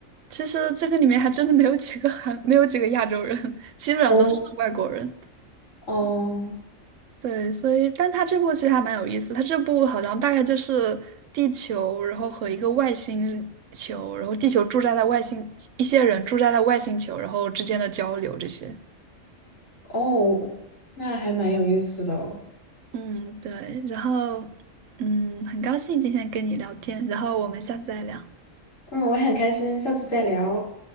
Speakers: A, on the right; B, on the left.
A: 其实这个里面还真的没有几个韩，没有几个亚洲人，基本上都是外国人。
B: 哦哦
A: 对，所以，但他这部其实还蛮有意思。他这部好像大概就是地球，然后和一个外星球，然后地球驻扎在外星，一些人驻扎在外星球，然后之间的交流这些。
B: 哦，那还蛮有意思的哦
A: 嗯，对。然后，嗯，很高兴今天跟你聊天，然后我们下次再聊。
B: 嗯，我很开心，下次再聊。